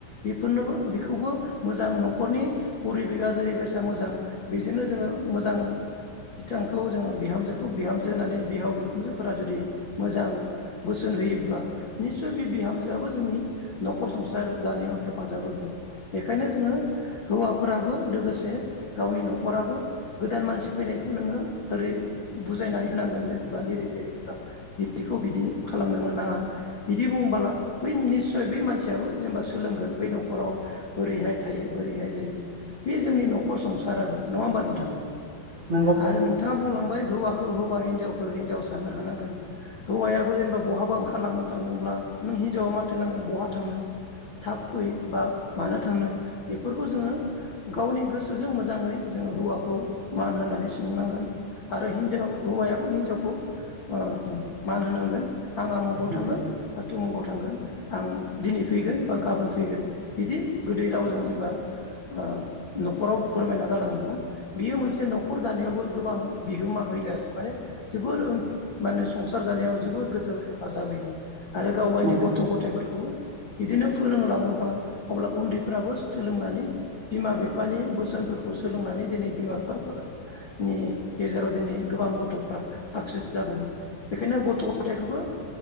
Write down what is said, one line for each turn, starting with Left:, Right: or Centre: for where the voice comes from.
Left: बेफोरनोबो बेखौबो मोजां न'ख न'खरनि परिबेगा जेरैबायसा मोजां बेजोंनो जोङो मोजां बिथांखौ जोङो बिहामजोखौ बिहामजो होननानै बिहाव बिखुनजोफोरा जुदि मोजां बोसोन होयोब्ला निस्सय बे बिहामजोआबो जोंनि नख'र संसार जानायाव हेफाजाब होगोन बेखायनो जोङो हौवाफोराबो लोगोसे गावनि न'खराबो गोदान मानसि फैनायखौ नोङो ओरै बुजायनानै होनांगोन जेनेबा निरि थेरि खालाम बिदिखौ बिदि खालामनोनो नाङा बिदि बुंबोला बै निस सय बै मानसियाबो जेनेबा सोलोंगोन बै न'खराव बोरैहाय थायो बोरैहाय जायो बे जोंनि न'खर संसार आरो नङा होमबा नोंथां?
Right: नंगौ
Left: आरो नोंथाङा बुंलांबाय हौवा खौ हौवा हिनजावखो हिन्जाव साननो हानांगोन हौवायाबो जेनेबा बहाबा ओंखारलांनो थांदोंब्ला नों हिनजावा माथ थो होनांगोन बहा थांनो थाब फै बा मानो थांनो बेफोरखौ जोङो गावनि गोसोजों मोजाङै जोङो हौवाखौ मान होनानै सोंनांगोन आरो हिनजाव हौवायाबो हिनजावखौ ओ मान होनांगोन। आंहा आमुगाव
Right: नंगौ
Left: थांगोन थुमुगाव थांगोन। आं दिनै फैगोन बा गाबोन फैगोन बिदि गोदै रावजों जेनेबा ओ न'खराव फोरमायना गालाङोब्ला बियो मोनसे न'खर दानायावबो गोबां बिहोमा होयो आरो माने जोबोर माने संसार जानायाव जोबोर गोजौ हेफाजाब होयो। आरो गाव गायनि
Right: नंगौ
Left: गथ' गथायफोर खौबो बिदिनो फोरोंलाङोबा अब्ला उन्दैफोराबो सोलोंनानै बिमा बिफानि बोसोनफोरखौ सोलोंनानै दिनै बिमा बिफाफोरनि गेजेराव दिनै गोबां गथ'फ्रा साक्सेस जागोन बेखायनो गथ' गथायखौबो